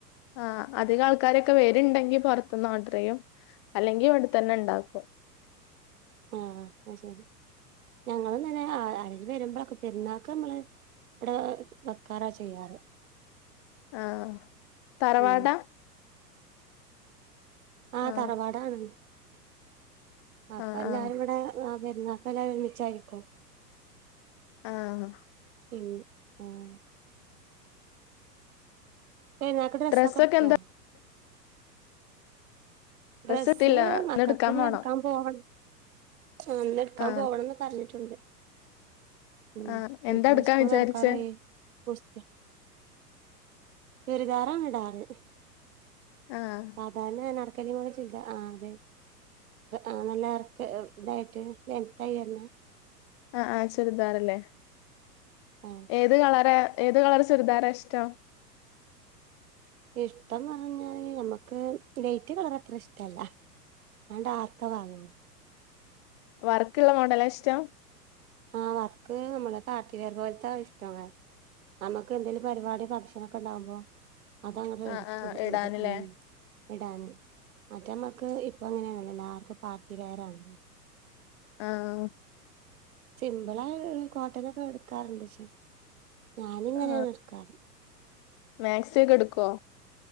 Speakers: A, on the left (about 20°); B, on the right (about 60°).
A: ആഹ് അധികാൾക്കാരൊക്കെ വര്ണ്ടെങ്കി പൊറത്ത്ന്ന് ഓഡർ ചെയ്യും. അല്ലെങ്കി ഇവിടെ തന്നെ ണ്ടാക്കും.
B: ആഹ് അയ്ശരി. ഞങ്ങളുംതന്നെ ആഹ് ആരേലും വരുമ്പളൊക്കെ പെരുന്നാക്ക് നമ്മള് വ്ടെ വെക്കാറാ ചെയ്യാറ്.
A: ആഹ് തറവാടാ.
B: ഉം ആഹ്
A: ആ
B: തറവാടാണ്. അപ്പ
A: ആ
B: ല്ലാരും
A: ആ
B: വിടെ ആഹ് പെര്ന്നാക്കല്ലാരും ഒരുമിച്ചായിരിക്കും.
A: ആഹ്
B: ഇൻ ആഹ് പെരുന്നാക്ക് ഡ്രസ്സക്കടുത്തോ?
A: ഡ്രസ്സൊക്കെ എന്താ
B: ഡ്രസ്സ്
A: എടുത്തില്ല
B: മക്കക്ക്ന്ന്
A: ഇന്ന് പോണം
B: എടുക്കാൻ പോവണം. ആഹ് ന്നെടുക്കാൻ
A: ആ
B: പോവണംന്ന് പറഞ്ഞിട്ടുണ്ട്. ഉം
A: ആ
B: ഞ്ഞി
A: എന്താ
B: പ്പൊ
A: എടുക്കാൻ
B: സ്കൂൾ
A: വിചാരിച്ചേ
B: തുറക്കാറായി. ബുസ് ചുരിദാറാണ് ഇടാറ്.
A: ആഹ്
B: സാധാരണ അനാർക്കലി പോലെ ചുരിദാർ. ആഹ് അതെ ആഹ് നല്ല ഇറക്ക ള്ളതായിട്ട്. എന്തയന്നെ
A: ആഹ് ആഹ് ചുരിദാർല്ലേ.
B: ആഹ്
A: ഏത് കളറ ഏത് കളർ ചുരിദാറാ ഇഷ്ടോം.?
B: ഇഷ്ടംന്ന് പറഞ്ഞഴിഞ്ഞാല് നമ്മക്ക് ലൈറ്റ് കളറ് അത്ര ഇഷ്ടല്ല ഞാൻ ഡാർക്കാ വാങ്ങ്ണത്
A: വർക്ക്ള്ളെ മോഡലാ ഇഷ്ടം
B: ആഹ് വർക്ക് നമ്മുടെ പാർട്ടിവെയർ പോലത്തെ അത് ഇഷ്ട നമ്മക്ക് എന്തേങ്കിലും പരിപാടി ഫംഗഷൻ ഒക്കെ ഉണ്ടാവുമ്പോ അതങ്ങട്
A: ആ
B: ഇട്
A: ആ ഇടാനല്ലേ
B: ഇട് ഇ ഇ ഇടാന് മറ്റമ്മക്ക് ഇപ്പ അങ്ങനേണല്ലോ എല്ലാർക്കും പാർട്ടി വെയർ ആണല്ലൊ
A: ആഹ്
B: സിമ്പിളായെ എഹ്‌ കോട്ടനൊക്കെ എടുക്കാറുണ്ട് പക്ഷേ ഞാൻ ഇങ്ങനെയാണ്
A: ആ
B: ഇടുക്കാറ്
A: മാക്സി ഒക്കെ എടുക്കോ